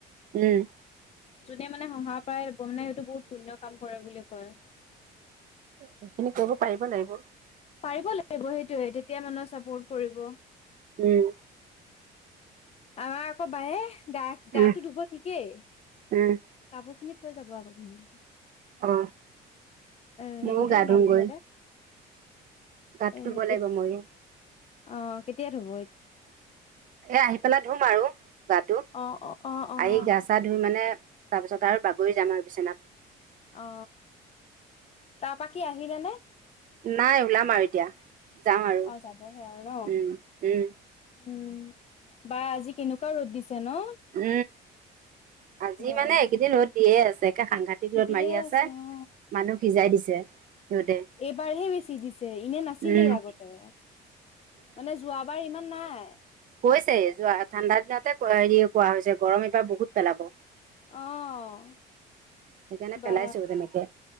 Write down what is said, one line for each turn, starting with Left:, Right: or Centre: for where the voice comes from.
Right: উম
Left: যোনে মানে অহাৰ পৰাই লব মানে সেইটো বহুত পূন্য কাম কৰে বুলি কয়
Right: সেইখিনি কৰিব পাৰিব লাগিব
Left: পাৰিব লাগিব সেইটোয়ে তেতিয়া মানুহে চাপৰ্ট কৰিব
Right: উম
Left: আমাৰ আকৌ বায়ে গা গাটো
Right: উম
Left: ধুব ঠিকেই
Right: উম
Left: কাপোৰ খিনি থৈ যাব আকৌ ধুনীয়াকে
Right: অ
Left: অ
Right: ময়ো
Left: হেৰিতে
Right: গা ধুমগৈ
Left: বাথৰুমতে
Right: গাটো
Left: এ
Right: ধুব লাগিব
Left: এত-
Right: ময়ো
Left: অ কেতিয়া ধব
Right: এ আহি পেলাই ধুম আৰু গাটো
Left: অ', অ', অ', অ', অ',
Right: আহি গা চা ধুই মানে তাৰপিছত আৰু বাগৰি যাম আৰু বিচনাত
Left: অ তাৰাপা কি আহিলে নে
Right: নাই ওলাম আৰু এতিয়া যাম আৰু উম
Left: অ যাবহে আৰু ন
Right: উম
Left: উম বা আজি কেনেকুৱা ৰ'দ দিছে ন
Right: উম আজি
Left: বা
Right: মানে এইকেইদিন ৰ'দ দিয়ে আছে একে সাংঘাতিক ৰদ
Left: দিয়ে
Right: মাৰি আছে
Left: অ
Right: মানুহ সিজাই দিছে ৰ'দে
Left: এইবাৰহে বেছি দিছে এনে নাছিলেই
Right: উম,
Left: আগতে মানে যোৱাবাৰ ইমান নাই
Right: কৈছেই যোৱা ঠাণ্ডা দিনতে হেৰি কোৱা হৈছে গৰম এইবাৰ বহুত পেলাব
Left: অহ
Right: সেইকাৰণে
Left: বা
Right: পেলাইছো তেনেকে